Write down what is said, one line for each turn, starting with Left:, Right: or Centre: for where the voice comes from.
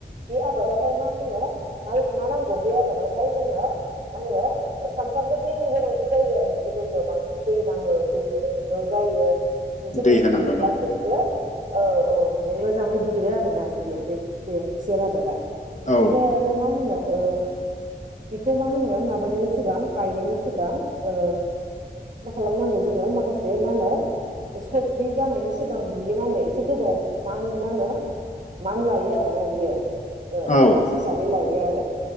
Right: बे आबादावहाय मा होनो माल मा नांगौ बे आबादावहाय जोङो मा होनो ओ सामफ्रामबो दैनि गोनांथि जायो आरोना जे जायगायाव बांसिन दै नाङो दै मोनो बेयाव जायो बेफोरबायदिखौ
Left: दै होनांगोन
Right: मोनब्लासो
Left: औ
Right: बियो औ औ माने मोजाङै देरो आरोना बियो बे बे खुसेर आबादा
Left: औ
Right: ओमफाय आरो मा होनो ओ बेखौ मा होनो माबानायायनि सिगां गायनायनि सिगां ओ मा खालामनांगौ जोङो माखासे मा होनो सब बे जानायनि सिगां बि यो मा होनो एसे गोबाव मान मा होनो मान लायो आरोना बियो ओ
Left: औ
Right: मास हिसाबै लायो आरो